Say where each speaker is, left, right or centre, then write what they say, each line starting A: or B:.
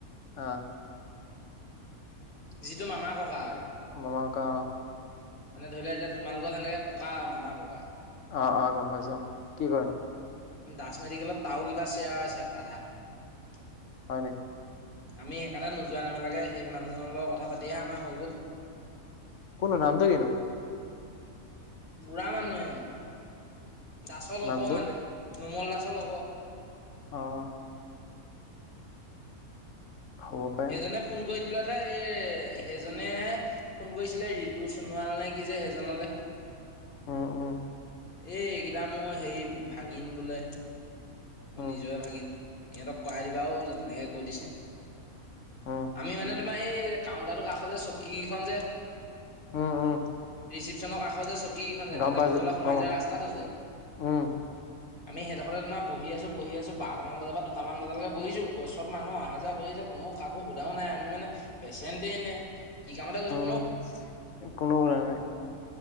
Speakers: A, on the left; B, on the left.
A: অঁ।
B: যিটো মামা ককা আৰু।
A: মামা ককা অঁ।
B: মানে ধৰি লোৱা, এতিয়া তোমালোকৰ যেনেকে ককা আৰু মামা ককা।
A: অঁ অঁ গম পাইছো অঁ, কি কৰেনো?
B: দাস মেডিকেলত তাৰয়ো কিবা শ্বেয়াৰ আছে আধা।
A: হয় নি?
B: আমি সেইকাৰণে নোযোৱা নেমেলাকে সেই মানুহজনৰ লগত কথা পাতিহে আমাৰ হৈ গ'ল।
A: কোনো হয়, নামটো কিনো?
B: বুঢ়া মানু্হে, দাসৰ লগৰ
A: নামটো
B: মানে, নোমল দাসৰ লগৰ।
A: অঁ। হ'ব পাৰে
B: সেইকোনে ফোন কৰি দিলত সে সেইজনেই হে ফোন কৰিছিলে, ৰিতু সোণোৱাল নে কি যে সেইজনলে।
A: উম উম
B: এই এইকেইটা মোৰ হেৰি ভাগিন বোলে। মোৰ
A: উম
B: নিজৰেে ভাগিন, ইহঁতক কৰাই দিবাও বোলে তেনেকৈ কৈ দিছে।
A: উম
B: আমি মানে তোমাৰ এই কাউণ্টাটোৰ কাষৰ যে চকীকেইখন যে,
A: উম উম
B: ৰিচিপচনৰ কাষৰ যে চকী কেইখন যেনেকৈ
A: গম
B: যে
A: পাইছো
B: ভিতৰলৈ সোমাই
A: গম
B: যোৱা ৰা স্তাটো যে,
A: উম
B: আমি সেইডোখৰতে তোমাৰ বহি আছো বহি আছো বাৰটামান বজাৰ পৰা দুটামান বজালৈকে বহিছোঁ, চব মানুহ অহা যোৱা কৰি আছে কোনো কাকো সোধায়ো নাই আমি মানে পেচেন্ট নে, কি কামত গৈছো
A: উমহ কোনো সোধা নাই।